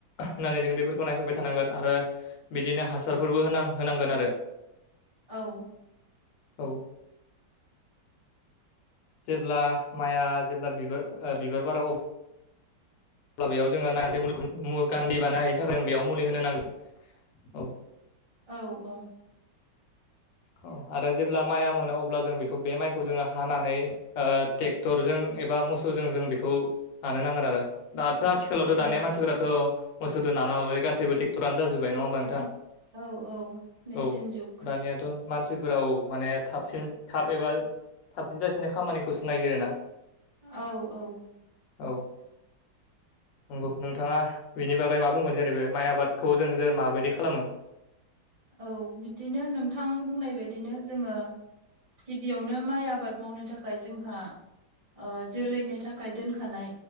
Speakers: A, on the left; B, on the right.
A: होनानै जोङो दैफोरखौ नायफैबाय थानांगोन आरो बिदिनो हासारफोरबो होनां होनांगोन आरो
B: औ
A: औ जेब्ला माइआ जेब्ला बिबार ओ बिबार बारो अ अब्ला बेयाव जोंङो नहाते मुलिखौ गान्दै बानो हायैनि थाखाय बेयाव मुलि होनो नांगोन। औ
B: औ औ
A: औ आरो जेब्ला माइआ मोनो अब्ला जों बेखौ बे माइखौ जोङो हानानै ओ टेक्टरजों एबा मोसौजों जों बेखौ नानो नांगोन आरो दाथ' आथिखालावथ'
B: औ
A: दानिया मानसिफोराथ' मोसौदो नानो हालालै गासैबो ट्रेक्टरानो जाजोबबाय नङा होमबा नोंथां!
B: औ औ मेचिन
A: औ
B: जुग
A: दानियाथ' मानसिफोरा औ माने थाबसिन थाब एबा थाबसिन जासिननाय खामानिखौसो नागिरोना
B: औ औ
A: औ
B: <inaudible>
A: नंगौ नोंथाङा बेनि बागै मा बुंगोन जेरै बे माइ आबादखौ जोङो जेरै माबायदि खालामो
B: औ बिदिनो नोंथां बुंनाय बायदिनो जोङो गिबियावनो माइ आबाद मावनो थाखाय जोंहा ओ जोलैनि थाखाय दोनखानाय